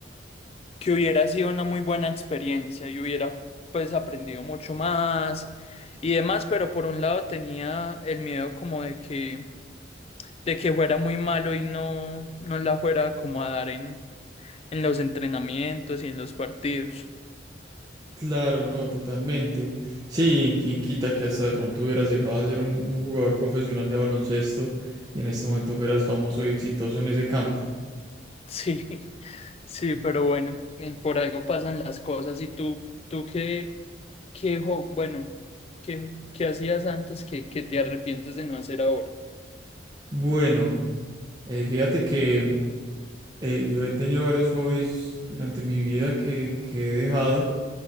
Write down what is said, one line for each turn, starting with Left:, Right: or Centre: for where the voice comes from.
Left: que hubiera sido una muy buena experiencia y hubiera pues aprendido mucho más y demás, pero por un lado tenía el miedo como de que de que fuera muy malo y no no la fuera como a dar en en los entrenamientos y en los partidos.
Right: Claro, no, totalmente. Sí, quién quita que hasta de pronto hubieras llegado a ser un, un jugador profesional de baloncesto y en este momento fueras famoso y exitoso en ese campo.
Left: Sí. <laughs> Sí, pero bueno, eh, por algo pasan las cosas y tú tú qué qué jo- bueno, qué qué hacías antes que que te arrepientes de no hacer ahora.
Right: Bueno, eh, fíjate que mm, eh, yo he tenido varios hobbies durante mi vida que, que he dejado.